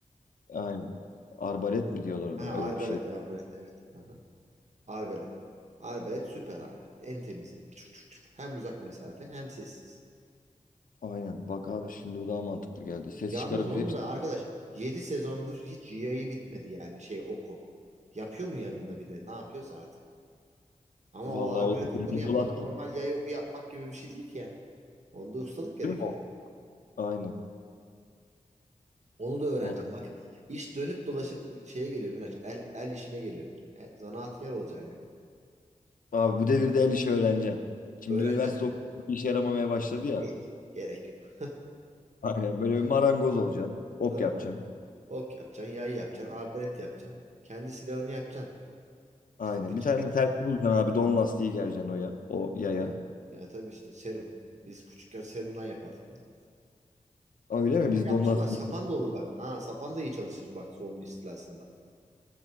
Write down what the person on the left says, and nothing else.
Aynen. Arbalet mi diyorlar ona
öyle bir şey.
Aynen. Bak abi şimdi bu daha mantıklı geldi. Ses
çıkarıp
hepsi
Vallahi
olabilir.
Değil mi o?
Aynen.
Vallahi.
Abi bu devirde el işi öğreneceksin. Şimdi
üniversite okumak bir işe yaramamaya başladı ya.
Aynen böyle bir marangoz olacaksın.
Ok
yapacaksın.
Aynen.
Bir tane de tersi bulacaksın abi. Don lastiği gereceksin o, ya, o yaya.
Öyle
mi? Biz
don lastiği